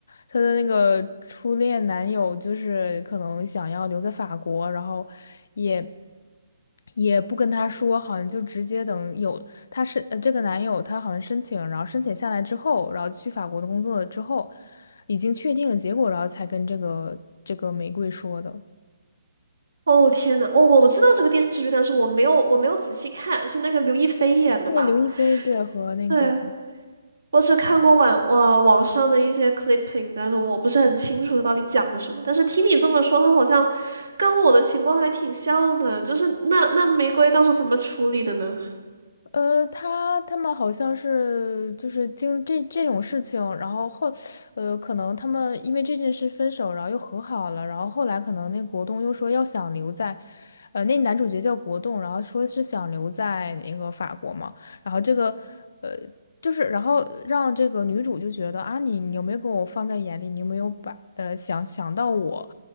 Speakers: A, on the left; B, on the right.
A: 她的那个初恋男友就是可能想要留在法国，然后也也不跟她说，好像就直接等有她是呃这个男友他好像申请，然后申请下来之后，然后去法国的工作了之后，已经确定了结果，然后才跟这个这个玫瑰说的。
B: 哦天呐，我我我知道这个电视剧，但是我没有我没有仔细看，是那个刘亦菲演的吧？
A: 对，刘亦菲对和那个。
B: 对，我只看过网呃网上的一些 clipping，但是我不是很清楚它到底讲的什么。但是听你这么说，他好像跟我的情况还挺像的，就是那那玫瑰当时怎么处理的呢？
A: 呃，他他们好像是就是经这这种事情，然后后，呃，可能他们因为这件事分手，然后又和好了，然后后来可能那国栋又说要想留在，呃，那男主角叫国栋，然后说是想留在那个法国嘛，然后这个，呃，就是然后让这个女主就觉得啊，你你有没有给我放在眼里，你有没有把呃想想到我，